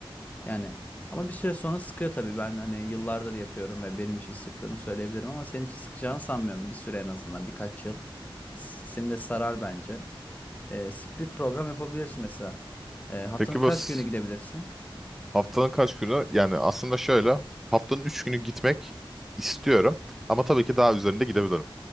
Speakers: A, on the left (about 15°); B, in the centre.
A: Yani ama bir süre sonra sıkıyor tabii. Ben hani yıllardır yapıyorum ve benim için sıktığını söyleyebilirim ama senin için sıkacağını sanmıyorum. Bir süre en azından birkaç yıl. S- Seni de sarar bence. Ee, split program yapabilirsin mesela. Ee, haftanın
B: Peki
A: kaç
B: bu s-
A: günü gidebilirsin?
B: haftanın kaç günü? Yani aslında şöyle haftanın 3 günü gitmek istiyorum ama tabii ki daha üzerinde gidebilirim.